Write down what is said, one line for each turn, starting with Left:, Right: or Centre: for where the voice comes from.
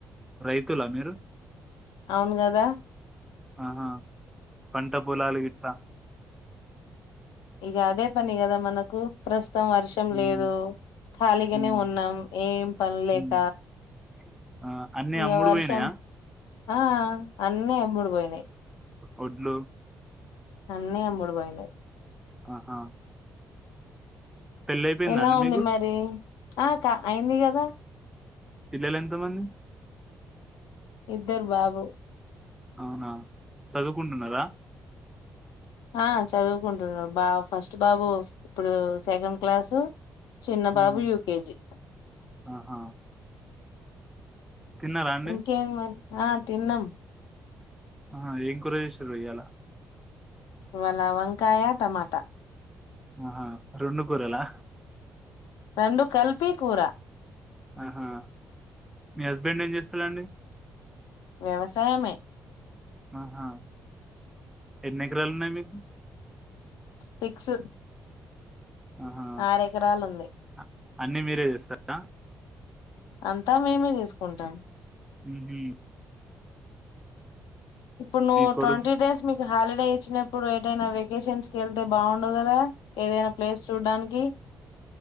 Centre: రైతులా మీరు
Left: అవును కదా
Centre: ఆహా పంట పొలాలు <unintelligible>
Left: ఇంగ అదే పనిగదా మనకు ప్రశ మొత్తం వర్షం
Centre: హ్మ్.
Left: లేదు ఖాళీగానే
Centre: హ్మ్.
Left: ఉన్నాం ఏం పనీ లేక
Centre: హ్మ్. <inaudible> ఆ అన్నిీ
Left: ఇక
Centre: అమ్ముడు
Left: వర్షం
Centre: పోయినాయా
Left: ఆ అన్నీ అమ్ముడు పోయినాయి
Centre: వడ్లు
Left: అన్నీ అమ్మడు పోయినాయి
Centre: ఆహా పెళ్లయిపోయిందా
Left: ఎలా
Centre: అండి
Left: ఉంది
Centre: మీకు?
Left: మరి ఆ క అయింది కదా
Centre: పిల్లలెంతమంది
Left: ఇద్దరు బాబు
Centre: అవునా చదువుకుంటున్నారా
Left: ఆ చదువుకుంటున్నారు బా ఫస్ట్ బాబు ఇప్పుడు సెకండ్ క్లాసు చిన్న
Centre: హ్మ్.
Left: బాబు యుకేజీ
Centre: ఆహా! తిన్నారా అండి?
Left: ఇంకేం మరి ఆ తిన్నం
Centre: ఆ ఏం కూర చేసిర్రు ఇయ్యాల
Left: ఇవాల వంకాయ టమాటా
Centre: ఆహా రెండు కూరలా
Left: రెండు కలిపి కూర
Centre: ఆహా మీ హస్బెండ్ ఏం చేస్తాడండి
Left: వ్యవసాయమే
Centre: ఆహా ఎన్ని ఎకరాలు ఉన్నాయి మీకు
Left: సిక్స్
Centre: ఆహా
Left: ఆరు ఎకరాలు ఉంది
Centre: అ- అన్ని మీరే చేస్తారా
Left: అంతా మేమే తీసుకుంటాం
Centre: ఊహూ
Left: ఇప్పుడు నువ్వు
Centre: కొడుకు
Left: ట్వంటీ డేస్ మీ హాలిడే ఇచ్చినప్పుడు ఎటైనా వెకేషన్స్ కి వెళ్తే బాగుండు కదా ఏదైనా ప్లేస్ చూడ్డానికి